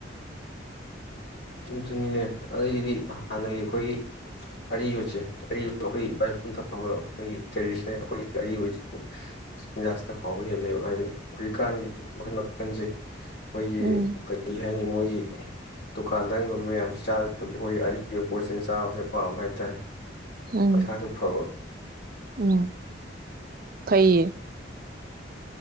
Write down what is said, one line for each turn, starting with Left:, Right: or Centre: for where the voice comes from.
Left: ꯑꯗꯨꯅꯤꯅꯦ ꯑꯗꯨꯗꯤ ꯍꯥꯟꯅꯒꯤ ꯑꯩꯈꯣꯏꯒꯤ ꯑꯔꯤꯕꯁꯦ ꯑꯔꯤꯕ ꯑꯩꯈꯣꯏꯒꯤ ꯏꯄꯥ ꯏꯄꯨ ꯊꯥꯕ ꯑꯩꯈꯣꯏꯒꯤ ꯇ꯭ꯔꯦꯗꯤꯁꯅꯦꯜ ꯑꯩꯈꯣꯏꯒꯤ ꯑꯔꯤꯕ ꯆꯤꯟꯖꯥꯛꯁꯤꯗ ꯍꯥꯎꯕ ꯍꯦꯜꯂꯦꯕ ꯍꯥꯏꯗꯤ ꯍꯧꯖꯤꯛꯀꯥꯟꯒꯤ ꯃꯈꯜ ꯃꯈꯜꯁꯦ ꯑꯩꯈꯣꯏꯒꯤ
Right: ꯎꯝ
Left: ꯀꯔꯤ ꯍꯥꯏꯅꯤ ꯃꯣꯏꯒꯤ ꯗꯨꯀꯥꯟꯗꯔꯤꯒꯨꯝꯕ ꯃꯌꯥꯝꯁꯤ ꯆꯥꯗ ꯑꯩꯈꯣꯏꯒꯤ ꯑꯔꯤꯕ ꯄꯣꯠꯁꯤꯅ ꯆꯥꯕꯁꯦ ꯄꯥꯝꯕ ꯍꯥꯏꯇꯥꯔꯦ
Right: ꯎꯝ
Left: ꯄꯩꯁꯁꯨ ꯐꯕꯣ
Right: ꯎꯝ ꯐꯩꯌꯦ